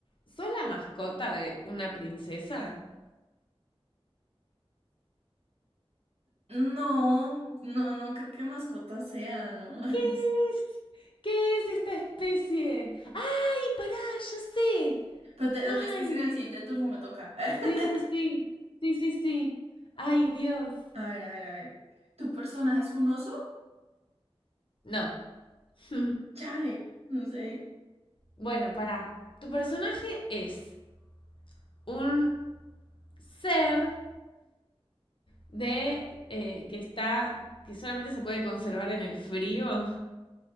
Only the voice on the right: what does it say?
No, no, no creo que mascota sea, ¿no? <laughs>
Pero te,
lo tienes que decir en el siguiente turno, me toca. <laughs>
A ver, a ver, a ver. ¿Tu personaje es un oso?
Chale, no sé. <laughs>